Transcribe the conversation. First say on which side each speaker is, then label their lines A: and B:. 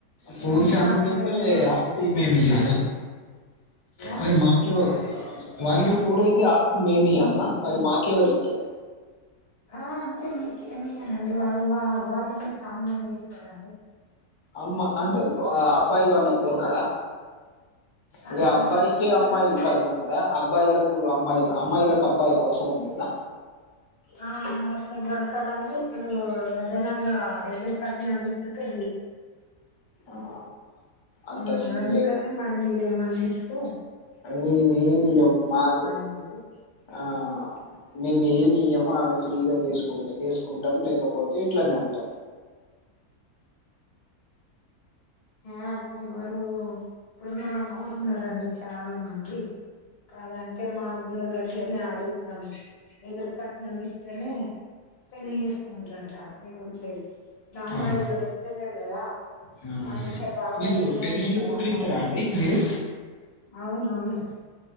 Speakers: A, on the left; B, on the left.
A: పూర్
B: కానీ
A: ఫ్యామిలీ
B: ఆర్థికంగా
A: అయితే ఆస్తి మేమియ
B: ఆ
A: మరి మాక్ వాళ్ళు పురైతే ఆస్తి మేమియలనా మరి మాక్ ఎవర్ ఇత్తరు
B: ఆ అంటే మీకేమి ఇయ్యరండి వాళ్ళు వా వాళ్ళు మీకు అమ్మాయిని ఇస్తరండి
A: అమ్మ అంటే వా అబ్బాయి వాళ్ళక్ దొరకడ
B: అట్లా
A: ఇగ అబ్బాయికే
B: దొరుకుతలేదని
A: అమ్మాయిలు కరువున్నర అబ్బాయిల అమ్మాయిలు అమ్మాయిలకు అబ్బాయిలు అవసరం లేదా
B: ఆ మరె అట్ల దొరకరనె ఇప్పుడు అదనంగ ఎదురు కట్నాలు ఇస్తుంటే
A: ఆ, అంత
B: ఉం
A: సీన్
B: అందుకని మరి మీ ఏమన్న ఇస్తె
A: మేమ్ ఏం ఇయ్యం మాకు
B: ఉన్నది
A: ఆ మేమ్ ఏమి ఇయ్యము ఆమె ఫ్రీగ చేసుకుంటె చేసుకుంటం లేకపోతే ఇట్లనే ఉంటం
B: అ క్లేవరు ఇప్పుడు మాకు గూడ ఉన్నారండి చాలా మంది కాదంటే మాకు గుడ గట్లనే ఆడ్ తను ఎదురు కట్నం ఇస్తేనె పెళ్లి చేసుంటరట లేగుంట్లేదు నా అమ్మాయిలు
A: అవును
B: దొరుకుతలేరు కదా
A: ఆ
B: అందుకే బాగా
A: మీరు
B: డిమాండ్
A: పెళ్ళిళ్ళు
B: ఉన్నది
A: కుదిరిస్తారా
B: అమ్మాయిలకు
A: అండి మీరు
B: అవునవును